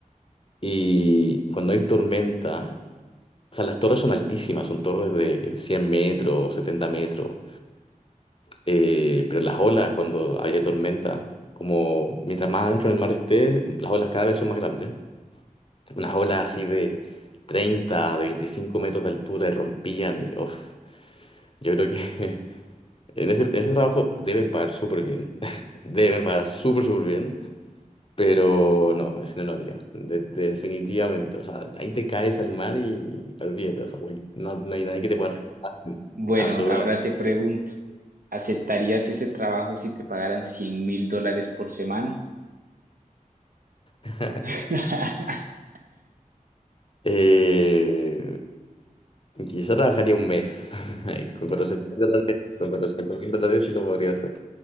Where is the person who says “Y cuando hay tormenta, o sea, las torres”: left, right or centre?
Left